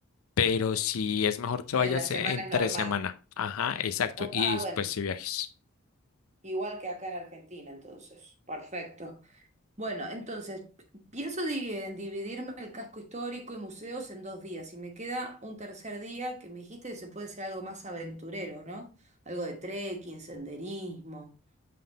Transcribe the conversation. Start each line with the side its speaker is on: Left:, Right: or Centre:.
Left: pero si es mejor que
Right: En
Left: vayas
Right: la semana
Left: entre
Right: es normal.
Left: semana. Ajá, exacto.
Right: O-
Left: Y
Right: ah,
Left: después
Right: bueno,
Left: si viajes.
Right: igual que acá en Argentina, entonces. Perfecto. Bueno, entonces, pienso di- en dividirme el casco histórico y museos en dos días. Y me queda un tercer día que me dijiste que se puede ser algo más aventurero, ¿no? Algo de trekking, senderismo,